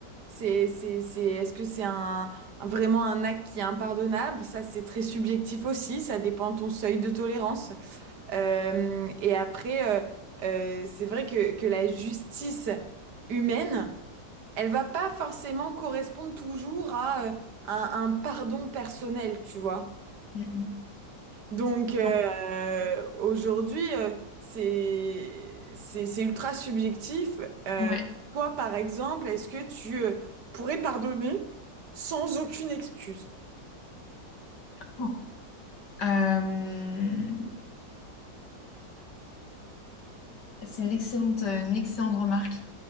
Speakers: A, on the right; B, on the left.
A: c'est c'est c'est est-ce que c'est un un- vraiment un acte qui est impardonnable? Ça c'est très subjectif aussi, ça dépend de ton seuil de tolérance. Euh, et après euh, euh, c'est vrai que que la justice humaine elle va pas forcément correspondre toujours à euh, un, un pardon personnel, tu vois.
B: mm, mm.
A: Donc euh,
B: Non.
A: aujourd'hui, euh, c'est c'est c'est ultra subjectif. Euh,
B: Ouais.
A: toi, par exemple, est-ce que tu euh, pourrais pardonner sans aucune excuse?
B: Oh. Euh, c'est une excellente, une excellente remarque.